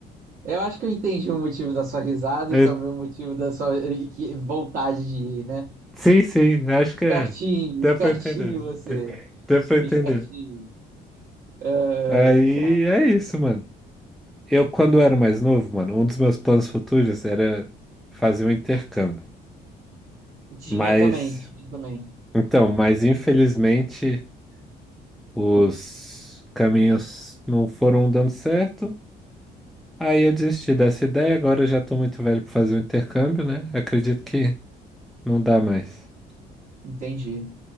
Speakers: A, on the right (about 55°); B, in the centre.
A: Eu acho que eu entendi o motivo da sua risada
B: É,
A: e também o motivo da sua e que- vontade de ir, né?
B: sim, sim, acho
A: Espertinho,
B: que é. Dá
A: <laughs> espertinho
B: pra entender.
A: você.
B: Dá, dá pra
A: Espertinho.
B: entender.
A: Ah,
B: Aí
A: cara.
B: é isso, mano. Eu, quando era mais novo, mano, um dos meus planos futuros era fazer um intercâmbio.
A: Tinha
B: Mas,
A: também, tinha também.
B: então, mas infelizmente os caminhos não foram dando certo. Aí eu desisti dessa ideia, agora eu já tô muito velho para fazer o intercâmbio, né? Acredito que não dá mais.
A: Entendi.